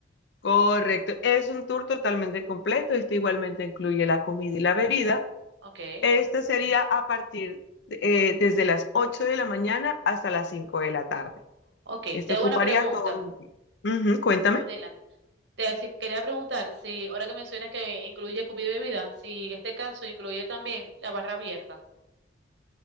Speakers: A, on the left; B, on the right.
A: Correcto, es un tour totalmente completo, este igualmente incluye la comida y la bebida.
B: Okay,
A: Este sería a partir eh, desde las 8 de la mañana hasta las 5 de la tarde.
B: okay.
A: Este
B: Te
A: ocuparía
B: hago una pregunta.
A: todo. mi- tiempo. Ujú, cuéntame.
B: Adelante. Te hace- quería preguntar si, ahora que mencionas que incluye comida y bebida, si en este caso incluye también la barra abierta,